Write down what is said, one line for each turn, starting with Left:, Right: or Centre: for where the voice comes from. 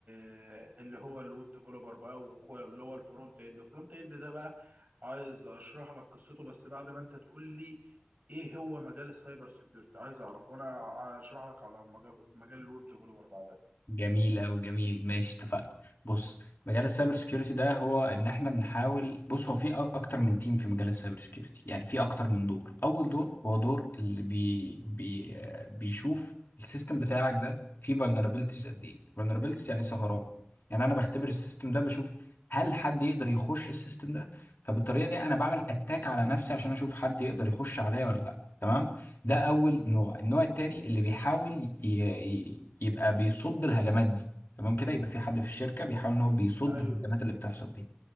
Right: آه، اللي هو الويب ديفلوبر بقى وهو- اللي هو الفرونت اند الفرونت اند ده بقى عايز اشرح لك قصته بس بعد ما انت تقول لي ايه هو مجال السايبر سيكيورتي عايز اعرف وانا اشرح لك على مجال مجال الويب ديفلوبر بعدها
Left: جميل أوي جميل ماشي اتفقنا بص مجال السايبر سيكيورتي ده هو ان احنا بنحاول بص هو في أ- اكتر من تيم في مجال السايبر سيكيورتي يعني في اكتر من دور اول
Right: مم.
Left: دور هو دور اللي بي بي آه، بيشوف السيستم بتاعك ده فيه vulnerabilities قد ايه vulnerabilities يعني ثغرات يعني انا بختبر السيستم ده بشوف هل حد يقدر يخش السيستم ده فبالطريقه دي انا بعمل اتاك على نفسي عشان اشوف حد يقدر يخش عليا ولا لا تمام. ده اول نوع النوع التاني اللي بيحاول ي- ي- يبقى بيصد الهجمات دي تمام كده يبقى في حد في الشركه بيحاول ان هو بيصد
Right: ايوه
Left: الهجمات اللي بتحصل دي